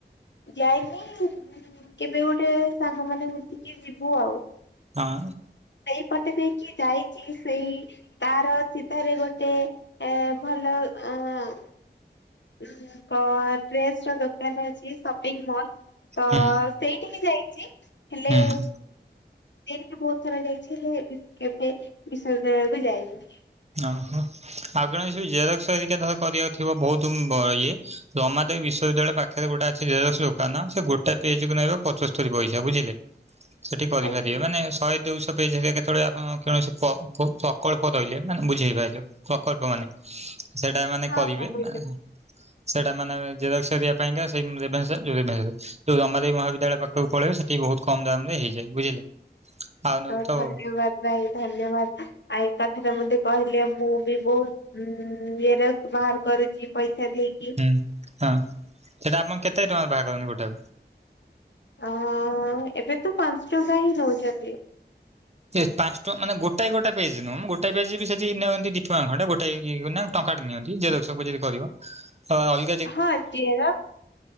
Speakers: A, on the left; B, on the right.
A: ଯାଇନି, ମୁଁ କେବେ ଗୋଟେ ସାଙ୍ଗ ମାନେ ମିଶି କି ଯିବୁ ଆଉ,
B: ହଁ
A: ସେଇପଟେ ଦେଇକି ଯାଇଚି, ସେଇ ତାର ସିଧାରେ ଗୋଟେ ଏ ଭଲ ଅଁ, <inaudible> ପ-ଡ୍ରେସ୍ ର ଦୋକାନ ଅଛି, ସପିଂ ମଲ୍ ତ
B: ହୁଁ
A: ସେଇଠିକି ଯାଇ ଚି, ହେଲେ
B: ହୁଁ
A: ତେରିକି ବହୁତ ଥର ଯାଇଛି ହେଲେ ବି କେବେ <unintelligible> ଯାଇନି
B: ଓ ହୋ। ଆପଣଙ୍କୁ କିଛି ଯଦି ଜେରକ୍ସ ହେରିକା ଧର କରିବା ଥିବ ବହୁତୁ ବ- ଇଏ ରମାଦେବୀ ବିଶ୍ୱବିଦ୍ୟାଳୟ ପା ଖରେ ଗୋଟେ ଅଛି ଜେରକ୍ସ ଦୋକାନ ସେ ଗୋଟା ପେଜ୍ କୁ ନେବେ ପଞ୍ଚସ୍ତରୀ ପଇସା ବୁଝିଲେ। ସେଠି କରିପାରିବେ
A: ଆଜ୍ଞା
B: ମାନେ ଶହେ ଦୁଇଶହ ପେଜ୍ ହେରିକା କେତେବେଳେ ଆପଣ କୌଣସି ପ-ପ-ସକଳ୍ପ ରହିଲେ। ମାନେ ବୁଝେଇ ପାଇଲୁ ପ୍ରକଳ୍ପ ମାନେ ସେଇଟା ମାନେ
A: ହଁ
B: କରିବେ
A: ହଁ ବୁଝିଲି।
B: ନାହା। ସେଇଟା ମାନେ ଜେରକ୍ସ ହେରିକା ପାଇଁକା ସେଇ ଉଁ, ରେଭେନ୍ସା ଯୋଉ ରେଭେନ୍ସା କହୁଛି ରମାଦେବୀ ମହାବିଦ୍ୟାଳୟ ପାଖ ସବୁ ପଳେଇବେ ସେଠି ବହୁତ କମ ଦାମ ରେ ହେଇଯାଏ ବୁଝିଲେ। ଆଉ ନହେଲେ
A: ତ ଧନ୍ୟବାଦ
B: ହୁଁ
A: ଭାଇ ଧନ୍ୟବାଦ, ଆଇ କଥାଟା ମୋତେ କହିଲେ ମୁଁ ବି ବହୁତ ଉଁ, ଇଏରେ ବାହାର କରୁଛି ପଇସା ଦେଇ
B: ହୁଁ, ହଁ ସେଟା ଆପଣ କେତେ ଟଙ୍କା ବାହାର କରନ୍ତି ଗୋଟାକୁ?
A: ଅ, ଏବେ ତ ପାନ୍ସ ଟଙ୍କା ହିଁ ନଉଛନ୍ତି।
B: ସିଏ ପାନ୍ସ ଟଙ୍କା ମାନେ ଗୋଟାଏ ଗୋଟା ପେଜ୍ ନୁହଁ, ମୁଁ ଗୋଟାଏ ପେଜ୍ ବି ସେଠି ନେଅନ୍ତି ଦି ଟଙ୍କା ଖଣ୍ଡେ ଗୋଟାଇ କି <inaudible> ନା ଟଙ୍କାଟେ ନିଅନ୍ତି ଜେରକ୍ସ ସବୁ ଯଦି କରିବ, ଅ, ଅଲ
A: ହଁ <unintelligible>